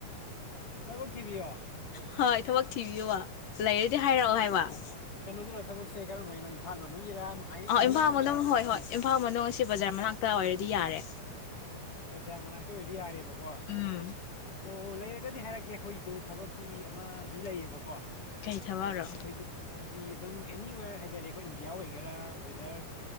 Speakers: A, on the left; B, on the left.
A: ꯊꯕꯛ ꯊꯤꯕꯤꯌꯣ
B: ꯍꯣꯏ ꯊꯕꯛ ꯊꯤꯕꯤꯌꯨꯕ ꯂꯩꯔꯗꯤ ꯍꯥꯏꯔꯛꯑꯣ ꯍꯥꯏ ꯑꯟꯑꯣꯗꯤꯕꯜ
A: ꯒꯤꯔꯣ ꯊꯕꯛꯁꯦ ꯀꯔꯝꯕꯩ ꯅꯣ ꯏꯝꯐꯥꯜ ꯃꯅꯨꯡꯒꯤꯔ ꯑꯦꯅꯤ
B: ꯑ ꯏꯝꯐꯥꯜ ꯃꯅꯨꯡ
A: ꯌꯥꯕ
B: ꯍꯣꯏ ꯍꯣꯏ ꯏꯝꯐꯥꯜ ꯃꯅꯨꯡ ꯑꯁꯤ ꯕꯖꯥꯔ ꯃꯅꯥꯛ ꯇ ꯑꯣꯏꯔꯗꯤ ꯌꯥꯔꯦ
A: ꯕꯖꯥꯔ ꯃꯅꯥꯛꯇ ꯑꯣꯏꯔꯗꯤ ꯌꯥꯔꯦꯕꯀꯣ ꯑꯣ
B: ꯎꯝ
A: ꯂꯩꯔꯒꯗꯤ ꯍꯥꯏꯔꯛꯀꯦ ꯑꯩꯈꯣꯏꯒꯤꯁꯨ ꯊꯕꯛꯀꯤ ꯑꯃꯗꯤ ꯂꯩꯌꯦꯕꯀꯣ ꯑꯩꯈꯣꯏꯒꯤ
B: ꯀꯩ ꯊꯕꯛꯔꯣ
A: ꯍꯥꯏꯗꯤ ꯑꯗꯨꯝ ꯑꯦꯅꯤꯋꯦꯔ ꯍꯥꯏꯇꯔꯦ ꯑꯩꯈꯣꯏ ꯏꯟꯗꯤꯌꯥ ꯑꯣꯏꯒꯦꯔꯥ ꯋꯦꯗꯔ